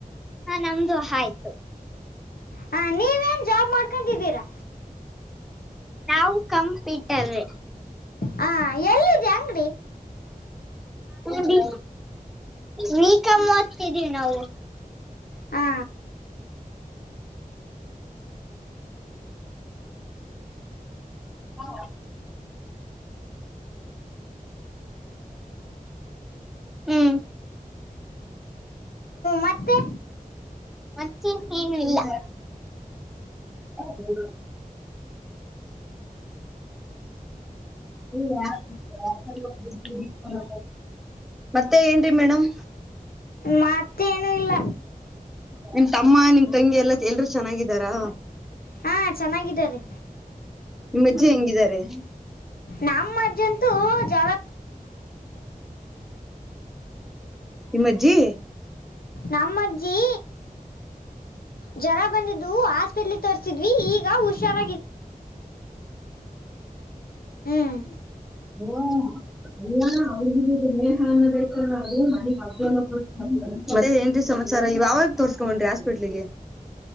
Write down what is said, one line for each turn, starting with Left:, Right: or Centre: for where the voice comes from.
Centre: ಹಾ ನಮ್ದುಹ ಆಯ್ತು
Left: ಹ ನೀವೇನ್ ಜಾಬ್ ಮಾಡ್ಕೊಂಡಿದ್ದೀರಾ
Centre: ನಾ ಕಂಪೀಟರ್
Left: ಹಾ ಎಲ್ಲಿದೆ ಅಂಗಡಿ
Centre: ನೀ ವೀಕಮ್ಮತಿದೀವಿ ನಾವು
Left: ಹಾ
Centre: ಹೌ ಹ್ಮ್
Left: ಮತ್ತೆ
Centre: ಮತ್ತೆ ಏನು ಇಲ್ಲ ಹ್ಮ ಹ ಮತ್ತೆ ಏನ್ರಿ ಮೇಡಮ್
Left: ಮತ್ತೇ ಏನು ಇಲ್ಲ
Centre: ನಿಮ ತಮ್ಮ ನಿಮ್ ತಂಗಿ ಎಲ್ಲ ಎಲ್ರೂ ಚೆನ್ನಾಗಿದ್ದಾರಾ
Left: ಹಾ ಚೆನ್ನಾಗಿದ್ದ ರೀ
Centre: ನಿಮ್ಮಜ್ಜಹೆಂಗಿದ್ದಾರೆ
Left: ನಮ್ಮ ಅಜ್ಜಿ ಅಂತೂ ಜ್
Centre: ನಿಮ್ಮಜ್ಜಿ
Left: ನಮ್ಮ ಅಜ್ಜಿ ಜರ ಜರ ಬಂದಿದ್ದು ಹಾಸ್ಪಿಟ್ಲ್ ತೋರ್ರಿಸಿದ್ವಿ ಈಗ ಹುಷಾರ ಹ್ಮ್
Centre: ಓ ಎಲ್ಲೇ ಹ ಬತಲ್ಲ ಅದು ನನಗ್ ಹ ಕೊಡ್ತ ಅದೇ ಏನ್ರೀ ಸಮಾಚಾರ ಯವಾವಾಗ ತೋರ್ಸ್ಕೊಂಡ್ರಿ ಆಸ್ಪಿಟ್ಲಿಗೆ